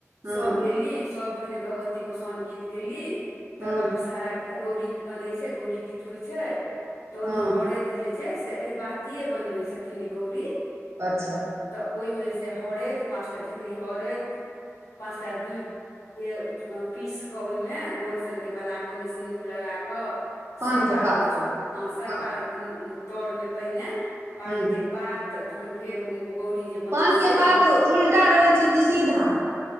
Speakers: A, on the right (about 55°); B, on the left (about 80°).
A: हँ
B: सभ एली सभ पहिने भगवती गोसानि गीत गेली तकर
A: हँ
B: बाद विषहारा गौरी कऽ बनै छै गौड़ी गीत होइ छै। तऽ ओइ
A: हँ
B: मे हरद जे छै से अहिबातिए बनबै छथिन ई गौरी।
A: अच्छा।
B: तऽ ओइमे से हरैद पाँचटा ढेकरी हरैद पाँचटा दूभ के पीसि कऽ ओहिमे गोल सनके बना कऽ ओहिमे सिन्दूर लगा कऽ।
A: पानके
B: सरबा
A: पात
B: होइ छै
A: पर
B: हँ, सरबा
A: पान
B: तर मे पहिने पानके।
A: हँ
B: पात, तहन फेर औ गौरी जे बनल
A: पानके
B: से
A: पात
B: तहन
A: उल्टा रहै छै कि सीधा।